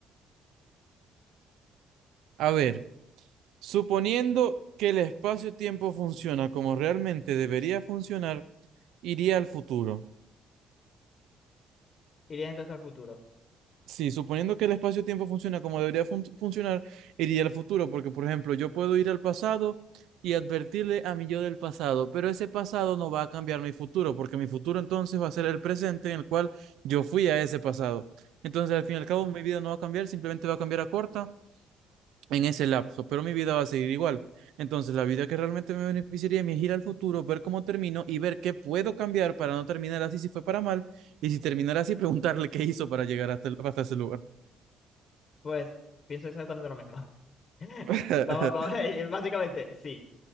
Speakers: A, on the right; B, on the left.
A: a ver, suponiendo que el espacio-tiempo funciona como realmente debería funcionar, iría al futuro.
B: ¿Irías entonces al futuro?
A: Sí, suponiendo que el espacio-tiempo funciona como debería fun- funcionar, iría al futuro, porque por ejemplo, yo puedo ir al pasado y advertirle a mi yo del pasado, pero ese pasado no va a cambiar mi futuro, porque mi futuro entonces va a ser el presente en el cual yo fui a ese pasado. Entonces, al fin y al cabo, mi vida no va a cambiar, simplemente va a cambiar a corta en ese lapso, pero mi vida va a seguir igual. Entonces, la vida que realmente me beneficiaría es ir al futuro, ver cómo termino y ver qué puedo cambiar para no terminar así si fue para mal, y si terminar así, <laughs> preguntarle qué hizo para llegar hasta, el- hasta ese lugar.
B: Pues pienso exactamente lo mismo. <laughs>
A: <laughs>
B: Vamos, vamos, <laughs> básicamente, sí.